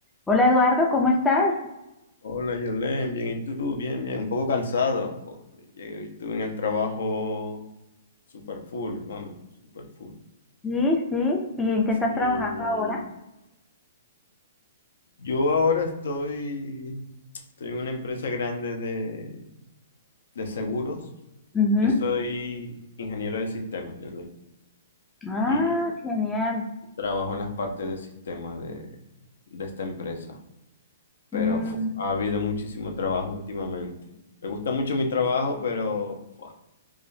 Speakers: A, in the centre; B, on the left.
A: Hola Eduardo, ¿cómo estás?
B: Hola, Yolén, bien, ¿y tú? Bien, bien, un poco cansado. po. Llegué, estuve en el trabajo super full, vamos, super full.
A: Sí, sí. ¿Y en qué estás
B: Sí.
A: trabajando ahora?
B: Yo ahora estoy, estoy en una empresa grande de, de seguros.
A: Ujú.
B: Yo soy ingeniero de sistemas, Yolén,
A: Ah,
B: y
A: genial.
B: trabajo en las partes de sistemas de, de esta empresa. Pero
A: Mm,
B: fu, ha habido muchísimo trabajo últimamente. Me gusta mucho mi trabajo, pero fu,